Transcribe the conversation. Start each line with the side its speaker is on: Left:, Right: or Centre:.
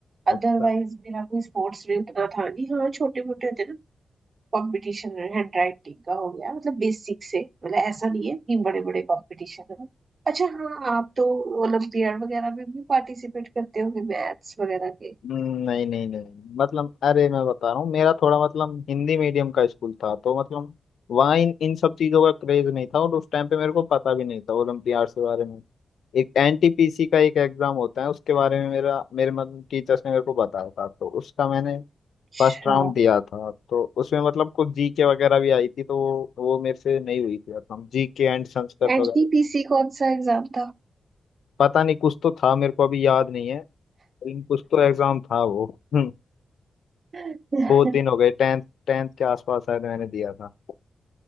Left: अच्छा।
Right: अदरवाइज मेरा कोई स्पोर्ट्स में उतना था नहीं हाँ छोटे मोटे होते ना कंपटीशन हैंड राइटिंग का हो गया मतलब बेसिक से मतलब ऐसा नहीं है कि बड़े बड़े कंपटीशन है अच्छा हाँ आप तो ओलंपियाड वगैरह में भी पार्टिसिपेट करते होंगे मैथ्स वगैरह के
Left: हम्म, नहीं नहीं नहीं मतलब अरे मैं बता रहा हूँ मेरा थोड़ा मतलब हिंदी मीडियम का स्कूल था तो मतलब वहाँ इन इन सब चीज़ों का क्रेज नहीं था और उस टाइम पे मेरे को पता भी नहीं था ओलम्पियाड के बारे में एक एनटीपीसी का एक एग्जाम होता है उसके बारे में मेरा मेरे मतलब टीचर्स ने मेरे को बताया था तो उसका मैंने
Right: अच्छा
Left: फर्स्ट राउंड दिया था तो उसमें मतलब कुछ जीके वगैरह भी आई थी तो वो वो मेरे से नहीं हुई थी मतलब जीके एंड संस्कृत
Right: एनटीपीसी
Left: वगैरह
Right: कौन सा एग्जाम था
Left: पता नहीं कुछ तो था मेरे को अभी याद नहीं है लेकिन कुछ तो एग्जाम था वो हम्म।
Right: <laughs>
Left: बहुत दिन हो गए टेंथ टेंथ के आसपास शायद मैंने दिया था